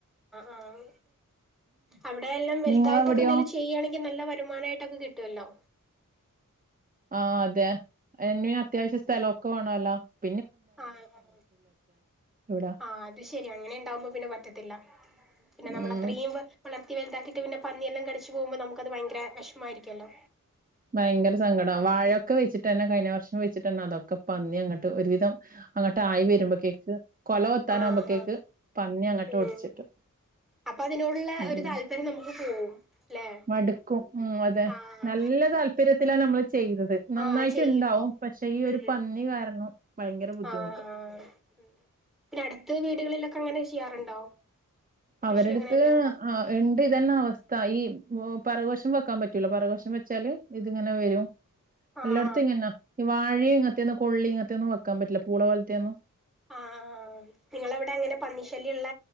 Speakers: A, in the centre; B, on the right (about 25°).
A: ആഹ് ആഹ് അവിടെ എല്ലാം വലുതായിട്ടൊക്കെ
B: നിങ്ങളവിടെയോ?
A: എന്തെലും ചെയ്യുകയാണെങ്കിൽ നല്ല വരുമാനമായിട്ടൊക്കെ കിട്ടൊല്ലോ.
B: ആഹ് അതെ. എൻ അത്യാവശ്യ സ്ഥലൊക്കെവാണം. <unintelligible>
A: ആഹ് ആഹ്
B: ഇവിടെ
A: അഹ് അത്ശരി. അങ്ങനെ ഉണ്ടാവുമ്പോ പിന്നെ പറ്റത്തില്ല. പിന്നെ നമ്മൾ
B: ഉം
A: അത്രയും വളർത്തി വലുതാക്കി പിന്നെ പന്നിയെല്ലാം കടിച്ച് പോകുബോ നമുക്കത് ഭയങ്കര വെഷ്മായിരിക്കല്ലോ.
B: ഭയങ്കര സങ്കടാവും. വാഴൊക്കെ വെച്ചിട്ട് തന്നെ കഴിഞ്ഞ വർഷം വെച്ചിട്ട് തന്നെ അതൊക്കെ പന്നി അങ്ങട്ട് ഒരുവിധം അങ്ങട്ട് ആയി വരുമ്പോതേക്ക് കൊല കൊത്താനാവുമ്പോതേക്ക്
A: ആഹ് ആഹ്
B: പന്നി അങ്ങട്ട്
A: ഉം
B: ഒടിച്ചിട്ട്.
A: അപ്പൊ അതിനോടുള്ള
B: ഉം
A: ഒരു താല്പര്യം
B: ഉം.
A: നമുക്ക് പോവും ല്ലേ
B: മടുക്കും ഉം അതെ
A: ആഹ്
B: നല്ല താല്പര്യത്തിലാ നമ്മള് ചെയ്തത് നന്നായിട്ട്ണ്ടാവും
A: ആഹ് ചെയ്യുമ്പോ
B: പക്ഷെ ഈ ഒരു
A: ഉം
B: പന്നി കാരണം ഭയങ്കര ബുദ്ധിമുട്ട്.
A: ആഹ് പിന്നെ അടുത്ത വീടുകളിലൊക്കെ അങ്ങനെ ചെയ്യാറുണ്ടോ? കൃഷി
B: അവരട്ത്ത്
A: അങ്ങനെയെല്ലാം ഉണ്ടോ
B: ആഹ് ഇണ്ട് ഇതന്നെ അവസ്ഥ ഈ ഓ പറകുവശം വെക്കാൻ പറ്റൂല. പറകുവശം വെച്ചാല് ഇതിങ്ങനെ വരും.
A: ആഹ്
B: എല്ലാട്ത്തും ഇങ്ങനാ ഈ വാഴ ഇങ്ങനത്തെന്നും കൊളളി ഇങ്ങനെതെന്നും വെക്കാൻ പറ്റൂല. പൂളപോലത്തേന്നും.
A: ആഹ് ആഹ് നിങ്ങളവിടെ അങ്ങനെ പന്നിശല്യള്ള